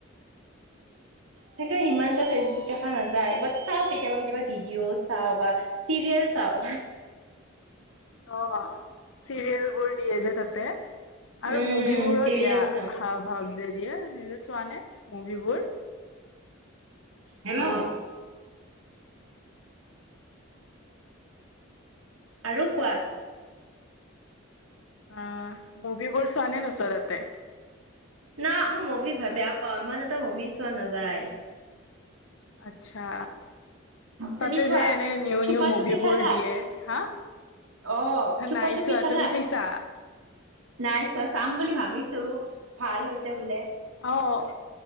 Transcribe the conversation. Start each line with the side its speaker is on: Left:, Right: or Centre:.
Right: সেইটো সিমান এটা ফেচবুক দেখা নাযায়, বাট চাওঁ কেতিয়াবা কেতিয়াবা ভিডিঅ' চাওঁ, বা চিৰিয়েল চাওঁ।
Left: অ'। চিৰিয়েল বোৰ দিয়ে যে তাতে আৰু
Right: উম
Left: মুভিবোৰো
Right: চিৰিয়েল
Left: দিয়া
Right: চাও
Left: হা যে দিয়ে সেইবোৰ চোৱা নে মুভিবোৰ?
Right: হেল্ল'। আৰু কোৱা
Left: আহ মুভিবোৰ চোৱা নে নোচোৱা তাতে?
Right: না মই মুভি বেয়া পাওঁ। ইমান এটা মুভি চোৱা নাযায়।
Left: আচ্ছা।
Right: তুমি
Left: তাতে
Right: চোৱা
Left: যে এনে নিউ
Right: চুপা
Left: নিউ মুভিবোৰ
Right: চুপি চালা
Left: দিয়ে হা
Right: অ চুপা
Left: নাই
Right: চুপি
Left: চোৱা
Right: চালা
Left: তুমি চাইছা?
Right: নাই চোৱা। চাম বুলি ভাবিছো, ভাল হৈছে বোলে
Left: অ'